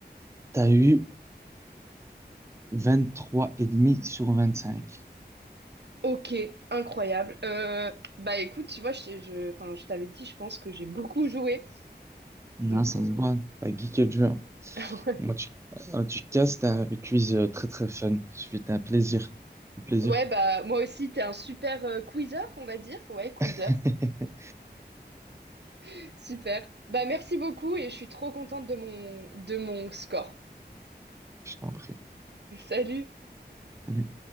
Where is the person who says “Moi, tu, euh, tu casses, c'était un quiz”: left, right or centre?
Right